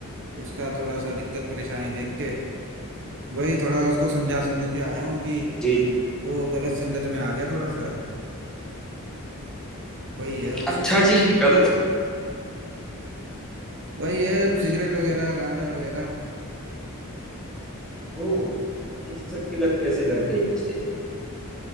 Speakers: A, on the right; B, in the centre.
A: उसका थोड़ा सा दिक्कत परेशानी देख के वही थोड़ा उसको समझा समझू के आया हूँ कि
B: जी
A: वो गलत संगत में आ गया थोड़ा सा वही है बस
B: अच्छा
A: उसको
B: जी गलत
A: वही है सिगरेट वगैरह गांजा वगैरह
B: ओ इन सब की लत कैसे लग गई उसे